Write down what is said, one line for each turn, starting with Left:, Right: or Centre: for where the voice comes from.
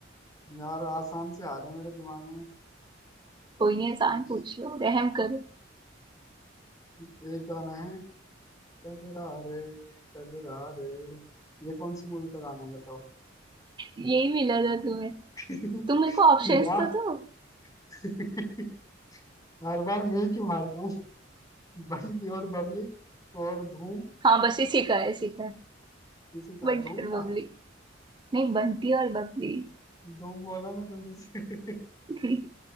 Left: यार आसान से आ रहे हैं मेरे दिमाग में
Right: कोई नहीं आसान
Left: तुम
Right: पूछ लो रहम करो
Left: एक गाना है कजरा रे कजरा रे ये कौन सी मूवी का गाना है बताओ
Right: यही मिला था तुम्हें
Left: <laughs>
Right: तुम मेरे को ऑप्शंस
Left: यार
Right: तो दो
Left: <laughs> हर बार मैं ही क्यों हारता हूँ बंटी और बबली और धूम
Right: हाँ बस इसी का है इसी का
Left: किसी का
Right: बंटी
Left: धूम
Right: और
Left: का
Right: बबली नहीं बंटी और बबली
Left: धूम बोला ना जल्दी से <laughs>
Right: <laughs>